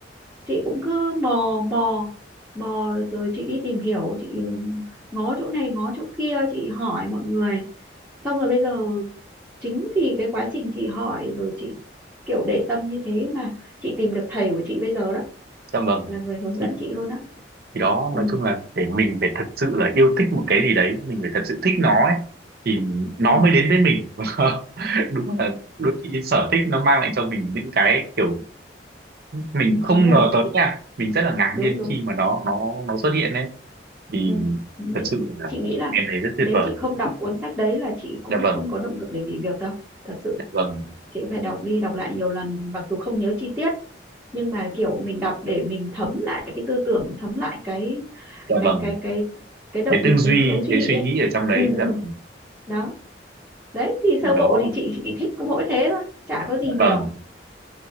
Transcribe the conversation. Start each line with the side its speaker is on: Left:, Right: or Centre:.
Centre: chị cũng cứ mò mò mò rồi chị đi tìm hiểu chị ừ, ngó chỗ này ngó chỗ kia chị hỏi mọi người xong rồi bây giờ chính vì cái quá trình chị hỏi rồi chị kiểu để tâm như thế mà chị tìm được thầy của chị bây giờ đó
Right: dạ vâng
Centre: là người hướng
Right: thì,
Centre: dẫn chị luôn á
Right: thì đó
Centre: ừ
Right: nói chung là để mình phải thật sự là yêu thích một cái gì đấy mình phải thật sự thích nó ấy, thì nó
Centre: ừ
Right: mới đến với mình <laughs> đúng là đôi khi sở thích nó mang lại cho mình những cái kiểu mình không
Centre: đúng rồi
Right: ngờ tới nha mình rất là ngạc
Centre: đúng
Right: nhiên
Centre: đúng
Right: khi mà nó nó nó xuất hiện đấy thì
Centre: ừ Nế-
Right: thật sự là
Centre: chị nghĩ là
Right: em thấy rất tuyệt
Centre: nếu
Right: vời
Centre: chị không đọc cuốn sách đấy là chị cũng
Right: dạ vâng
Centre: không có động lực để nghỉ việc đâu thật sự
Right: dạ vâng
Centre: chị cũng phải đọc đi đọc lại nhiều lần mặc dù không nhớ chi tiết nhưng mà kiểu mình đọc để mình thấm lại cái tư tưởng thấm lại cái
Right: dạ
Centre: cái
Right: vâng
Centre: cái cái cái động
Right: cái
Centre: lực
Right: tư duy
Centre: cái lối suy
Right: cái
Centre: nghĩ
Right: suy
Centre: ấy.
Right: nghĩ ở trong đấy
Centre: ừ ừ
Right: dạ vâng
Centre: đó đấy thì
Right: thì
Centre: sơ
Right: đó
Centre: bộ thì chị chỉ thích có mỗi thế thôi chả có gì
Right: dạ
Centre: nhiều
Right: vâng